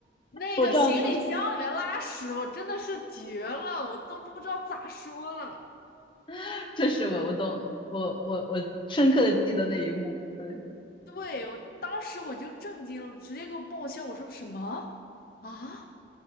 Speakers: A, on the left; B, on the left.
A: 那个行李箱里面拉屎，
B: 我知道您，
A: 我真的是绝了，我都不知道咋说了。
B: <laughs> 这是我我懂，我我我深刻的记得那一幕。对，
A: 对，我当时我就震惊了，直接给我爆笑。我说什么啊？